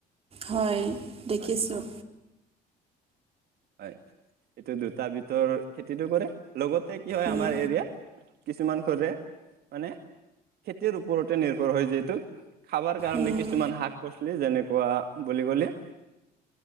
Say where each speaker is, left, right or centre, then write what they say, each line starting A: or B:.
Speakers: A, on the right; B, on the right.
A: হয় দেখিছোঁ।
B: হয় হয়। এইটো দুটা ভিতৰ খেতিটো কৰে, লগতে কি হয়
A: উম,
B: আমাৰ এৰিয়াাত কিছুমান ঘৰে, মানে খেতিৰ ওপৰতে নিৰ্ভৰ হয় যিহেতু। খাবৰ কাৰণে
A: উম,
B: কিছুমান শাক পাচলি যেনেকুৱা বুলি ক'লে